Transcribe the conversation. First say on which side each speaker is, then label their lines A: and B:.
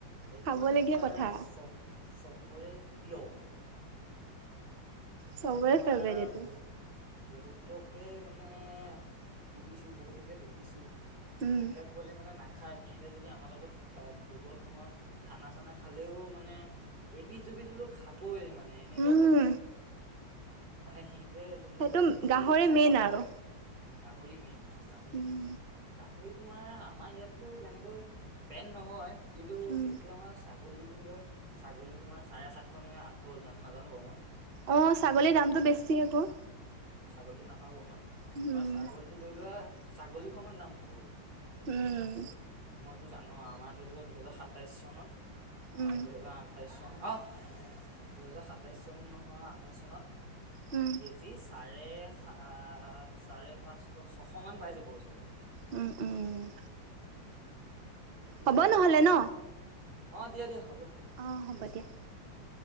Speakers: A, on the right; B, on the right.
A: এইটো
B: খাবলগীয়া
A: মানে তোমাৰ
B: কথা
A: চব সববৰে প্ৰিয়। মই
B: চবৰে
A: তোমাৰ
B: ফেভৰেট এইটো
A: বহু বহুতকে মানে সুধিছো বহুতকে দেখিছো।
B: উম
A: যোনবিলাক পোৱালি মানে ন খাই সিহঁতে যদি আমাৰ লগত ভোজত নহয় খানা চানা খালেও মানে এপি পিছিলো খাবে মানে এনেকুৱা
B: উম
A: বলি। মানে সিহতে যোন
B: সেইটো
A: ন যোনটো
B: গাহৰি
A: পৰিলেে খাই
B: মেইন
A: পোৱা নাই এতিয়ালৈকে
B: আৰু
A: ডাহৰি মেইন মানে। গাহৰি
B: উম
A: মেইন গাহৰি তোমাৰ আমাৰ ইয়াততো তেনেকৈ পেন নহয়। কিন্তু
B: উম
A: যেতিয়া আমাৰ চ ছাগলী ধৰি লোৱা ছাগলী তোমাৰ চাৰে সাতশ নে আঠশ হ'ল জানো নাজানো বাৰু মই।
B: অ
A: মই
B: ছাগলীৰ
A: ছাগলীটো
B: দামতটো
A: নাখাওঁ যে
B: বেছি আকৌ।
A: ছাগলীটো নাখা ব মই তোমাৰ
B: উম
A: ছাগলীটো ধৰি লোৱা ছাগলী সমমান দাম হ'ব।
B: উম
A: মই এইটো জানো আৰু আমাৰ ধৰি লওোৱা দুহেজাৰ সাতাইশ চনত। নহয়
B: উম
A: দুহেজাৰ আঠাইছ চন অ দুহেজাৰ সাতাইছ চন নহয় আ। আঠাইছ চনত
B: উম
A: কেজি চাৰে আ চাৰে পাঁচশ ছশ মান পাই যাব চাগে।
B: উম উম।
A: এতিয়া
B: হ'ব নহ'লে ন
A: অ', দিয়া দিয়া হ'ব।
B: অ', হ'ব
A: ঠিক আছে
B: দিয়া।
A: উম।